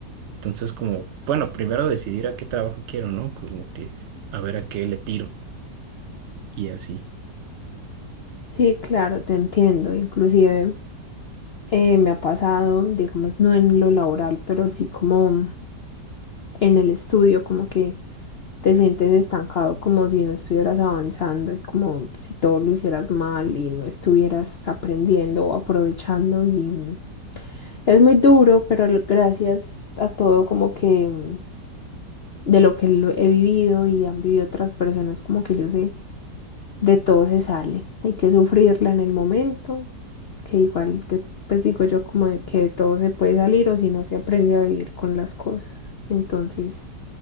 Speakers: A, on the right; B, on the left.
A: Entonces, como, bueno, primero decidir a qué trabajo quiero, ¿no? Como que a ver a qué le tiro y así.
B: Sí, claro, te entiendo. Inclusive eh, me ha pasado, digamos, no en lo laboral, pero sí como en el estudio, como que te sientes estancado, como si no estuvieras avanzando y como si todo lo hicieras mal y no estuvieras aprendiendo o aprovechando y es muy duro, pero l- gracias a todo como que mm, de lo que lo he vivido y han vivido otras personas, como que yo sé de todo se sale. Hay que sufrirla en el momento, que igual, de- pues digo yo como de que de todo se puede salir o si no se aprende a vivir con las cosas. Entonces,